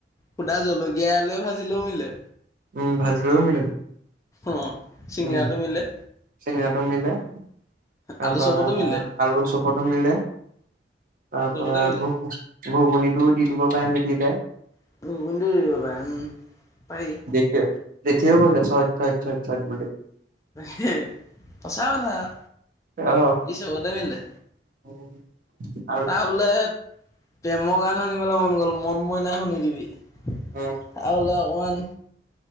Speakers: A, on the left (about 15°); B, on the right (about 50°).
A: সুধা জলকীয়া আলুৱে ভাজিলেও মিলে
B: উম ভাজিলেও মিলে
A: অ চিঙৰাটো
B: উম
A: মিলে
B: চিঙৰাটো মিলে তাৰ
A: আলু
B: পৰা
A: চপতো মিলে
B: আলু চুপতো মিলে তাৰ
A: চবতে
B: পৰা
A: মিলে
B: ঘু ঘুগুনটো দি দিব পাৰি দি মিলি যায়
A: <unintelligible>
B: কিয়‌ জেঠি অ কৈছে চইত চইত চ ইত বুলি
A: হে সঁচা কথা আও
B: অ
A: সি চবতে মিলে
B: <unintelligible>
A: তাৰ বোলে প্ৰেমৰ গান শুনিবলৈ মন গ'ল মন মইনা শুনি দিবি আৰু
B: উম
A: হ'লে অকণমান